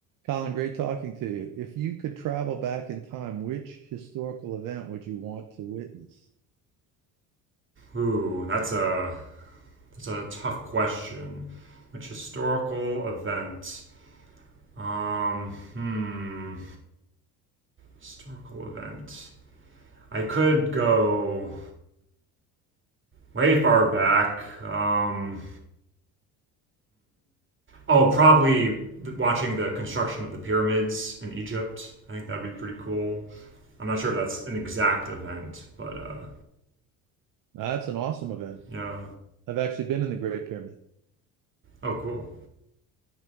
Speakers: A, on the right (about 55°); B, on the right (about 30°).
A: Colin, great talking to you. If you could travel back in time, which historical event would you want to witness?
B: Ooh, that's a that's a tough question. Which historical event? Um, hmm, historical event. I could go way far back. Um, oh, probably watching the construction of the pyramids in Egypt. I think that'd be pretty cool. I'm not sure if that's an exact event, but uh,
A: That's an awesome event.
B: yeah.
A: I've actually been in the Great Pyramid.
B: Oh, cool.